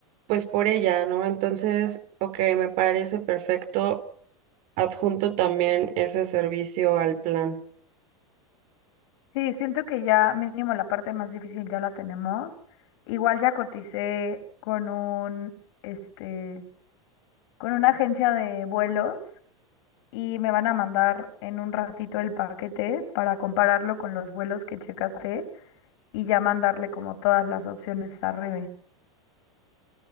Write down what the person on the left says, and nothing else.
Sí, siento que ya mínimo la parte más difícil ya la tenemos. Igual ya coticé con un, este, con una agencia de vuelos y me van a mandar en un ratito el paquete para compararlo con los vuelos que checaste y ya mandarle como todas las opciones a Rebe.